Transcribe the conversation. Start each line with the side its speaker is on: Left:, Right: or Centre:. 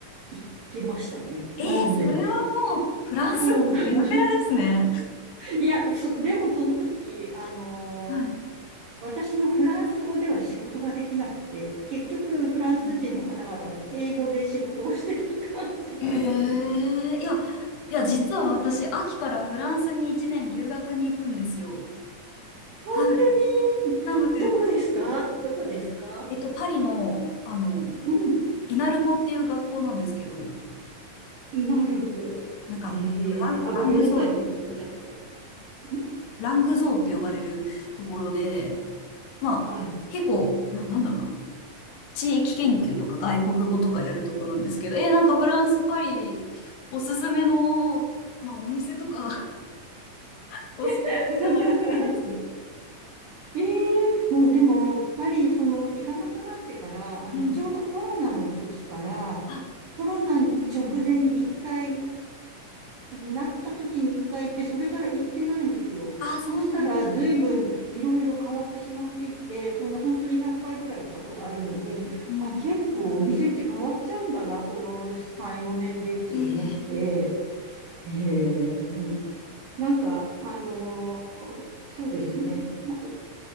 Right: 行ってましたね。
Left: えー、
Right: なので、
Left: それはもう、フランス語ペラペラですね。
Right: そうなんです。いや、そ、でもその時、あのー、
Left: はい。
Right: 私のフランス語では仕事ができなくて、結局フランス人の方々と英語で仕事をしてた感じなんですね。
Left: うんへえ、いや、いや、
Right: うん
Left: 実は私、秋からフランスに1年留学に行くんですよ。
Right: 本
Left: はい。
Right: 当に、
Left: なので、
Right: どこですかどこですか
Left: えっと、パリの、あの、
Right: うん、
Left: イナルコっていう学校なんですけど、
Right: 稲ル子。
Left: なんか、
Right: へえ、
Left: えっと、ラン、
Right: あ、ごめんなさいね、
Left: ラングゾーンって呼ばれる、
Right: 聞いちゃって。ん
Left: ラングゾーンって呼ばれるところで、まあ、
Right: はい。
Left: 結構、な、なんだろうな、地域研究とか外国語とかやるとこなんですけど、えーなんかフランス、パリ、おすすめの、まあ、お店とか <laughs> 教えていただきたいです。
Right: <laughs> ええもうでも、やっぱりその、行かなくなってから、あの、
Left: うん。
Right: ちょうどコロナの時から、
Left: あ、
Right: コロナ直前に一回
Left: うん。
Right: なった時に一回行って、それから行ってないんですよ。
Left: あ、そうなんですね。
Right: そうしたら、随分いろいろ変わってしまっていて、そんな本当に100回ぐらい行ったことあるのに、
Left: うん。
Right: あ、結構お店って変わっちゃうんだな、この3、4年でって思って、
Left: ええ
Right: えーうん、なんか、あのーそうですね。なんか